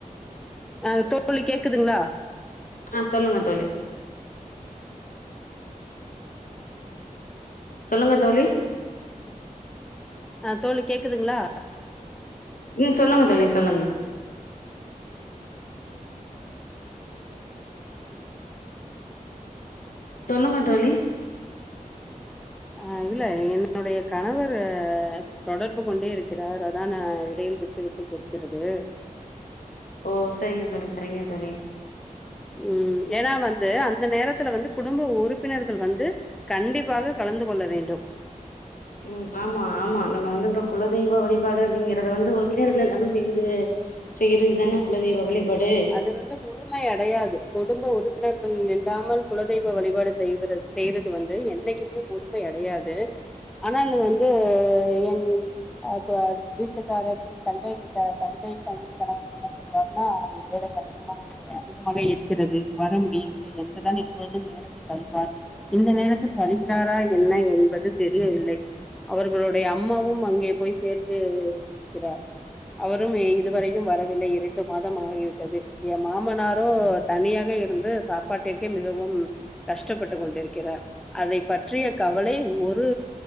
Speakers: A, in the centre; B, on the left.
A: அ தோழி கேக்குதுங்ளா
B: அ சொல்லுங்க தோழி சொல்லுங்க தோழி
A: அ தோழி கேக்குதுங்ளா
B: ம் சொல்லுங்க தோழி சொல்லுங்க சொல்லுங்க தோழி
A: அ இல்ல என்னுடைய கணவரு தொடர்பு கொண்டே இருக்கிறார் அதா நா இடையில் விட் ட்டு விட்டு கேட்கிறது
B: ஓ சரிங்க தோழி சரிங்க தோழி
A: ம் ஏனா வந்து அந்த நேரத்துல வந்து குடும்ப உறுப்பினர்கள் வந்து கண்டிப்பாக கலந்து கொள்ள வேண்டும்
B: ம் ஆமா ஆமா நம்ம வந்து அப்றோ குலதெய்வ வழிபாடு அப்டிங்கிறத வந்து உறுப்பினர்கள் எல்லாரு சேந்து செய்யிறது தான குலதெய்வ வழிபாடு
A: அது வந்து முழுமை அடையாது குடும்ப உறுப்பினர்கள் இல்லாமல் குலதெய்வ வழிபாடு செய்விறது செய்றது வந்து என்னைக்குமே முழுமை அடையாது ஆனால் வந்து என் அப்ப வீட்டுக்காரரின் தங்கை வீட்டார் தங்கை தனி கணவர் என்ன சொல்வாருனா வேலை அதிகமாகி அதிகமாக இருக்கிறது வர முடியவில்லை என்றுதான் எப்பொழுதும் நேர த்தி கழிப்பார் இந்த நேரத்தில் வருகிறாரா என்ன என்பது தெரியவில்லை அவர்களுடைய அம்மாவும் அங்கே போய் சேர்ந்து இருக்கிறார் அவரும் இதுவரையும் வரவில்லை இரண்டு மாதம் ஆகி விட் டது எ மாமனாரு தனியாவே இருந்து சாப்பாட்டிற்கே மிகவும் கஷ்டப்பட்டு கொண்டிருக்கிறார் அதை பற்றிய கவலை ஒரு